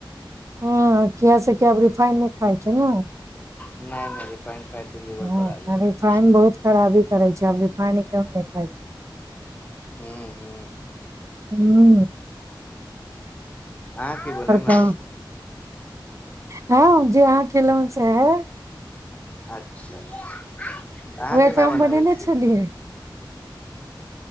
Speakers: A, on the right; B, on the left.
A: हँ क से कि आब रिफाइन नहि खाायके ने
B: नहि नहि स्पाइन फाइट के लीवर
A: ह
B: बढ़ा जेइ
A: रिफाइन
B: छै
A: बहुत खराबी करै छै आब रूफानी तब नहि खाइ छै
B: हू हू
A: हू
B: अह की बने ने
A: कहु हँ जे अहाँ खेलहु से हे
B: अच्छा अहाँ
A: उएह
B: केना
A: तऽ हम
B: बनाबै
A: बनेने
B: छी
A: छलियै